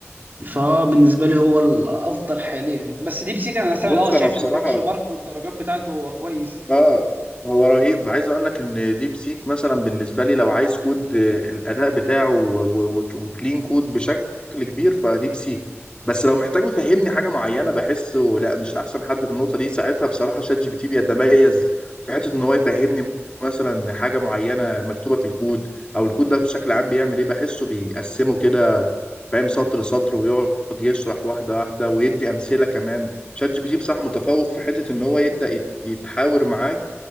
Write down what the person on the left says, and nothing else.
بص
انا بصراحة
اه هو رهيب عايز اقول لك ان ديب سيك مثلا بالنسبه لي لو عايز كود آه، الاداء بتاعه و- و- وك- وكلين كود بشكل كبير فديب سيك بس لو محتاج يفهمني حاجه معينه بحسه لا مش احسن حد في النقطه دي ساعتها بصراحه شات جي بي تي بيتميز في حته ان هو يفهمني مثلا حاجه معينه مكتوبه في الكود او الكود ده بشكل عام بيعمل ايه بحسه بيقسمه كده فاهم سطر سطر ويقعد يشرح واحده واحده ويدي امثله كمان شات جي بي تي بصراحه متفوق في حته ان هو يبدا يتحاور معاك